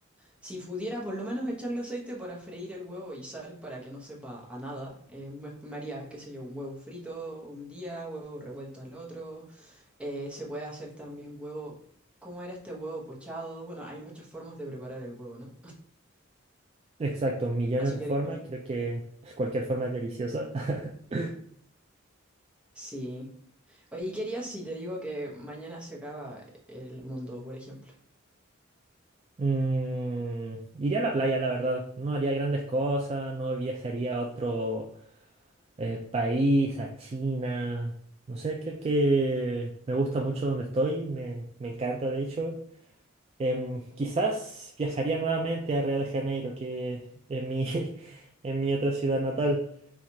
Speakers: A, in the centre; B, on the right.
A: si pudiera por lo menos echarle aceite para freír el huevo y sal para que no sepa a nada, eh, me, me haría, qué sé yo, un huevo frito un día, huevo revuelto al otro. Eh, se puede hacer también huevo, ¿cómo era este huevo pochado? Bueno, hay muchas formas de preparar el huevo, ¿no?
B: Exacto, millones
A: Así
B: de
A: que
B: formas,
A: dime.
B: creo que cualquier forma es deliciosa. <laughs>
A: Sí. Oye, ¿y ¿qué harías si te digo que mañana se acaba el mundo, por ejemplo?
B: Mm, iría a la playa, la verdad. No haría grandes cosas, no viajaría a otro, eh, país, a China. No sé, creo que me gusta mucho donde estoy, me, me encanta de hecho. Em, quizás viajaría nuevamente a Río de Janeiro, que es mi, <laughs> es mi otra ciudad natal.